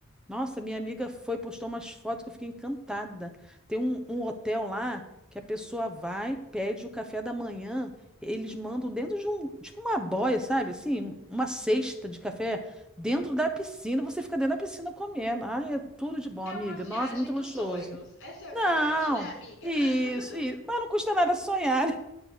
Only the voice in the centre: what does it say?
Nossa, minha amiga foi, postou umas fotos que eu fiquei encantada. Tem um, um hotel lá que a pessoa vai, pede o café da manhã, eles mandam dentro de um, tipo uma boia, sabe? Assim, uma cesta de café dentro da piscina, você fica dentro da piscina comendo. Ai, é tudo de bom,
amiga.
Nossa, muito luxuoso.
Não,
isso,
isso. Mas não custa nada sonhar.